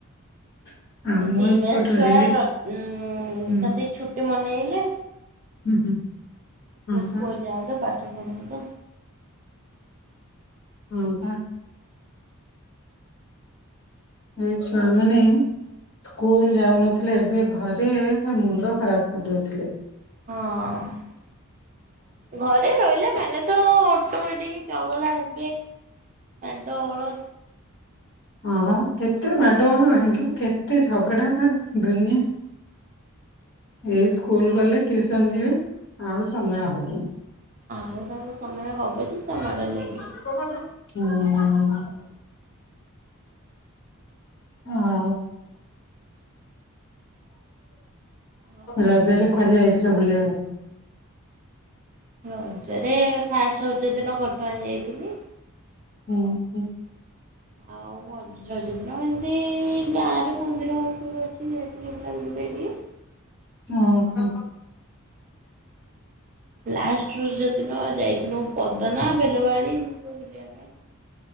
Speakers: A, on the left (about 50°); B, on the right (about 35°).
A: <inaudible>
B: ଦି
A: ଏପଟରେ
B: ମାସ ଛୁଆ ର କଅନ୍ତି
A: ହୁଁ
B: ଛୁଟି ମନେଇଲେ।
A: ହୁଁ ହୁଁ। ହଁ
B: ଏବେ ସ୍କୁଲ
A: ବା
B: ଯାଆନ୍ତୁ। ପାଠ ପଢନ୍ତୁ।
A: ହୁଁ ପା। ଏଇ ଛୁଆମାନେ ସ୍କୁଲ ଯାଉନଥିଲେ ଏବେ ଘରେ ଖାଲି ମୁଣ୍ଡ ଖରାପ୍ କରିଦେଉଥିଲେ।
B: ହଁ ଘରେ ରହିଲେ ମାନେ ତ ଅଟୋମେଟିକ୍ ଚଗଲା ହେବେ। ମାଡ ଗୋଳ।
A: ହଁ ବା କେତେ ମାଡ଼ ଗୋଳ ଭାଙ୍ଗିବୁ। କେତେ ଝଗଡ଼ା ପା ଦୁନିଆ ଏଇ ସ୍କୁଲ ଗଲେ ଟିଉସନ୍ ଯିବେ। ଆଉ ସମୟ ହବନି।
B: ଆଉ ତାଙ୍କୁ ସମୟ ହବ ଯେ
A: ହୁଁ।
B: ସେ ମାଡରେ ଲାଗିବେ।
A: ହଁ।
B: ଆଉ
A: ରଜରେ କୁଆଡେ ଯାଇଥିଲ ବୁଲିବାକୁ?
B: ରଜରେ ଫାଷ୍ଟେ ରଜ ଦିନ ଘଟଗାଁ ଯାଇଥିଲି।
A: ହୁଁ ହୁଁ।
B: ଆଉ ମଚ। ରଜ ଦିନ ଏମିତି ଗାଁରେ ମନ୍ଦିର ସବୁ ଅଛି। ଯାଇଥିଲି ବୁଲାବୁଲି ପେଇଁ ଟିକିଏ।
A: ଓହୋ।
B: ଲାଷ୍ଟ ରଜ ଦିନ ଯାଇଥିନୁ ପଦନା ବେଲବାଳି। ସବୁ ବୁଲିବା ପାଇଁ ଆଉ।